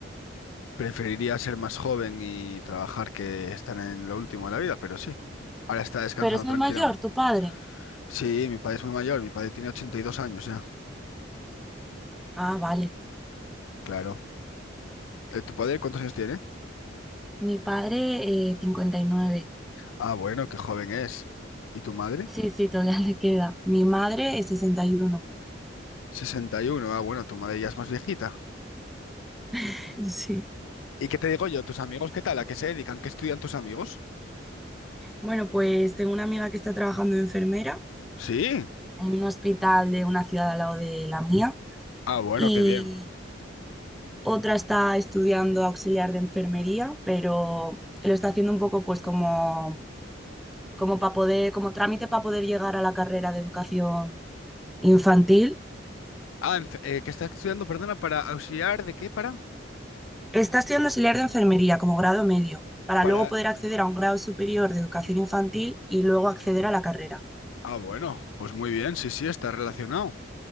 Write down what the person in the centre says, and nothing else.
Pero es
muy mayor, tu padre.
Ah, vale.
Mi padre, eh, cincuenta y nueve
Sí, sí, todavía le queda. Mi madre es sesenta y uno
<laughs> Sí.
Bueno, pues tengo una amiga que está trabajando de enfermera
en un hospital de una ciudad al lado de la mía
y
otra está estudiando auxiliar de enfermería, pero lo está haciendo un poco pues como como para poder, como trámite para poder llegar a la carrera de educación infantil.
Está estudiando auxiliar de enfermería como grado medio, para
luego poder acceder a un grado superior de educación infantil y luego acceder a la carrera.